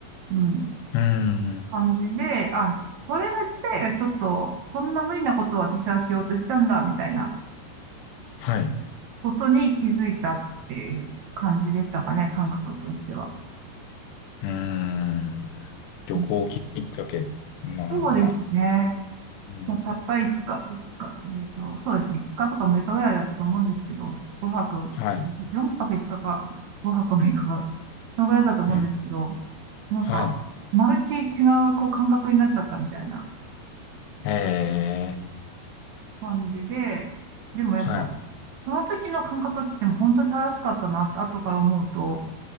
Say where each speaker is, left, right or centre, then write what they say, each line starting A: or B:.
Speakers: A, on the right; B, on the left.
A: うん、
B: うん。
A: 感じで、あ、それが自体がちょっと、そんな無理なことを私はしようとしたんだ、みたいな。
B: はい。
A: ことに気づいたっていう感じでしたかね、感覚としては。
B: うん。旅行きっかけ。
A: うん
B: まあ、
A: そうですね。
B: いや。うん。
A: もうたった5日、5日、えっと、そうですね。日とか6日ぐらいだったと思うんですけど、5泊、
B: はい。
A: 4泊5日かか、5泊6日かか、そのぐらいだったと思うんですけど、
B: うん。
A: なんか、
B: はい。
A: まるっきり違うこう感覚になっちゃったみたいな
B: ええ。
A: 感じで、でもやっぱ、
B: はい。
A: その時の感覚って本当に正しかったなって後から思うと、